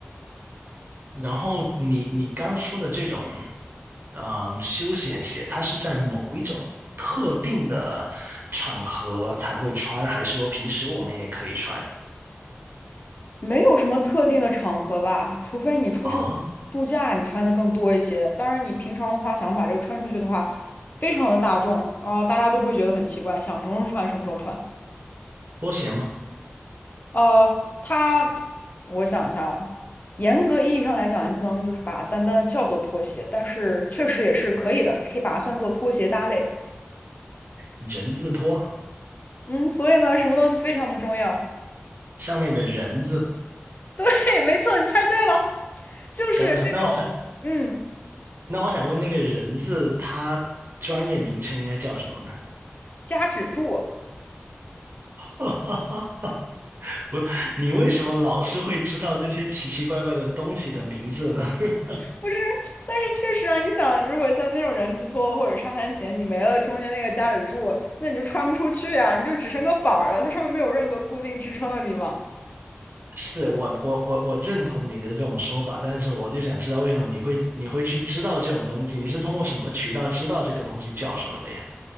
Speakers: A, on the right; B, on the left.
A: 然后你你刚说的这种，嗯，休闲鞋，它是在某一种特定的场合才会穿，还是说平时我们也可以穿？
B: 没有什么特定的场合吧，除非你出去
A: 啊，
B: 度假，你穿的更多一些。当然，你平常的话，想把这个穿出去的话，非常的大众，啊，大家都不会觉得很奇怪，想什么时候穿什么时候穿。
A: 拖鞋吗？
B: 呃，它，我想一下啊，严格意义上来讲，你不能就是把它单单地叫做拖鞋，但是确实也是可以的，可以把它算作拖鞋搭类。
A: 人字拖，
B: 嗯，所以呢，什么东西非常的重要？
A: 上面的人字。
B: <laughs> 对，没错，你猜对了，就是这种，
A: 等等，那我想，
B: 嗯，
A: 那我想问那个人字，他专业名称应该叫什么呢？
B: 夹趾柱。
A: <laughs> 不，你为什么老是会知道这些奇奇怪怪的东西的名字呢？<laughs>
B: 不是，但是确实啊，你想，如果像那种人字拖或者沙滩鞋，你没了中间那个夹趾柱，那你就穿不出去啊，你就只剩个板儿了，它上面没有任何固定支撑的地方。
A: 是我，我，我，我认同你的这种说法，但是我就想知道为什么你会，你会去知道这种东西？你是通过什么渠道知道这个东西叫什么的呀？